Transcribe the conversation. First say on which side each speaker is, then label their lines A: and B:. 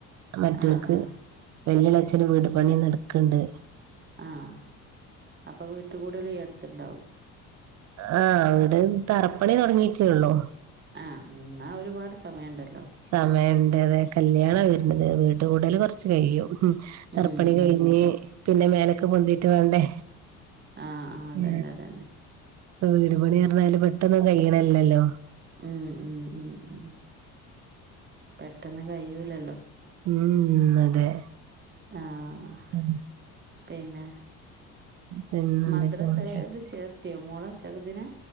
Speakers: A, on the right; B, on the right.
A: മറ്റൊല്ക്
B: ആഹ് ആഹ്
A: വെല്യളഛന് വീട് പണി നടക്ക്‌ണ്ട്
B: ആഹ് അപ്പോൾ വീട്ടകൂടൽ ഈ അടുത്തുണ്ടാവും
A: ആഹ വീട് തറപ്പണി തുടങ്ങിയട്ടെള്ളൂ
B: ആഹ് എന്നാ ഒരുപാട് സമയുണ്ടല്ലോ
A: സമയമണ്ട് അത കല്യാണ വരണത് വീട്ട കൂടൽ കുറച്ച് കഴിയും ഉം തറപ്പണി
B: ഉം
A: കഴിഞ്ഞ്.
B: ഉം
A: പിന്നെ മേലക്കെ പൊന്തിയിട്ട് വേണ്ടേ
B: ആഹ് ആഹ് അതന്നെ
A: ആ
B: അതന്നെ
A: ഇ വീടു പണി റഞ്ഞാല് പെട്ടന്നും കഴണല്ലല്ലോ?
B: ഉം ഉം ഉം പെട്ടെന്ന് കഴൂല്ലല്ലോ
A: ഉം ഉം അതെ
B: ആഹ് ആഹ്
A: ഉം
B: പിന്നെ
A: പിന്നെന്തൊക്കെയാണ്
B: മദ്രസെല് ചേർ ത്തിയോ മോളെ ചെറുദിനെ